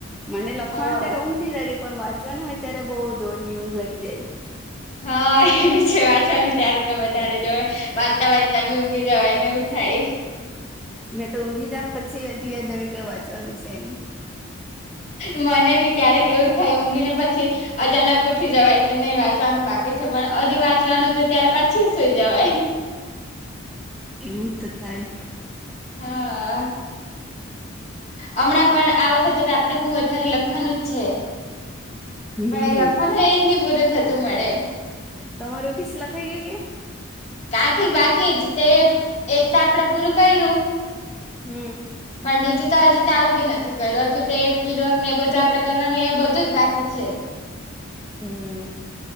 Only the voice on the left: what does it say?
હા
હા એ બી છે, વાંચવાનું ત્યારે તો વધારે જ હોય, વાંચતા વાંચતા બી ઊંઘી જવાય ને એવું થાય.
મને ભી ક્યારેક એવું જ થાય ઊંઘી ને પછી. અચાનક ઉઠી જવાય કે નહીં વાંચવાનું બાકી છે પણ હજુ વાંચવાનું તો ત્યારે પાછું સુઈ જવાય.
હા. હમણાં પણ, આ વખતે તો આપણે હું વધારે લખવાનું જ છે.
પણ એ લખવાનું એજ નહી પૂરું થતું મળે.
કાંથી બાકી જ, તે એક તો આપડે પૂરું કર્યું.
પણ બીજું તો હજુ ચાલુ બી નથી કર્યું, હજુ તો એ ફિલ્ડ વર્ક ને એ બધું કરવાનું એ બધુંજ બાક કી છે.